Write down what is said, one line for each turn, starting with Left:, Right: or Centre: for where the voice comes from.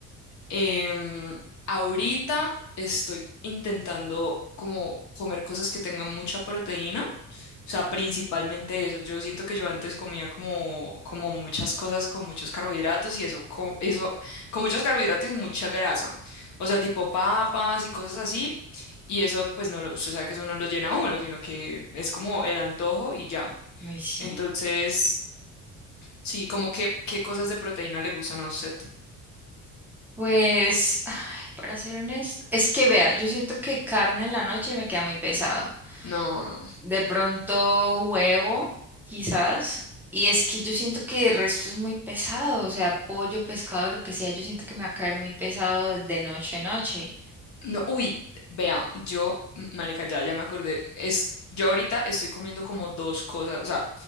Left: Em, ahorita estoy intentando como comer cosas que tengan mucha proteína O sea, principalmente eso. Yo siento que yo antes comía como, como muchas cosas con muchos carbohidratos y eso, con, eso, con muchos carbohidratos y mucha grasa. O sea, tipo papas y cosas así. Y eso, pues no lo, usted sabe que eso no lo llena a uno, sino que es como el antojo y ya.
Centre: Ay, sí.
Left: Entonces, sí, como que, ¿qué cosas de proteína le gustan a usted?
Centre: Pues. Para ser honesto, es que vea, yo siento que carne en la noche me queda muy pesado.
Left: No, no.
Centre: De pronto huevo, quizás. Y es que yo siento que el resto es muy pesado, o sea, pollo, pescado, lo que sea, yo siento que me va a caer muy pesado de noche a noche.
Left: No, uy, vean, yo, m- marica, ya, ya me acordé. Es, yo ahorita estoy comiendo como dos cosas. O sea,